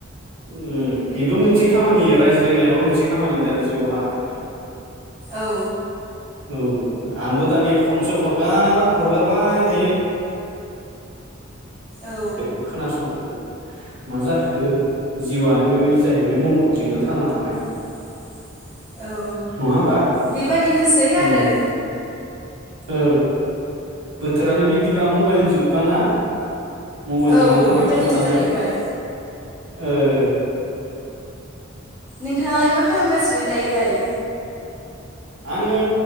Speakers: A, on the right (about 80°); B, on the right (about 20°).
A: ओम। बेबो मोनसे खामानि रायज्लायनायाबो मोनसे खामानि दानि जुगावहाय।
B: औ
A: औ। आंबो दानिया फनसो हरगार हरगारबाय थायो।
B: औ
A: खौबो खोनासङनो मा जाखो जिउआनो बेबायदि जाहैबाय मबाइलजोंनो ख थांना थानाय।
B: <unintelligible> औ
A: नङा होमबा?
B: बेबादिनोसै
A: ओम।
B: आरो
A: औ। बोथोरानो बिदिबा मबाइल जुगबा ना? मबाइलजोंनो
B: औ
A: थाबैबो
B: बेबादिनो
A: थानांगोन।
B: जाहैबाय
A: ओहो।
B: नोंथाङालाय मा खालामगासिनो दायोलाय?
A: आङो